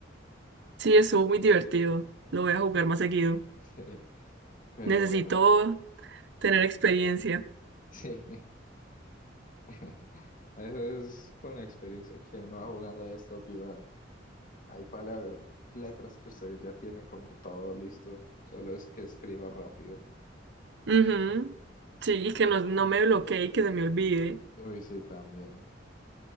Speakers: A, on the right; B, on the left.
A: Sí, estuvo muy divertido. Lo voy a jugar más seguido.
B: <laughs> Sí, pero
A: Necesito
B: bueno,
A: tener
B: bien.
A: experiencia.
B: sí. <laughs> Eso es con experiencia que uno va jugando a esto, piba. Hay palabras, letras que usted ya tiene como todo listo, solo es que escriba rápido.
A: Ujú. Sí, y que no, no me bloquee y que se me olvide.
B: Uy, sí, también.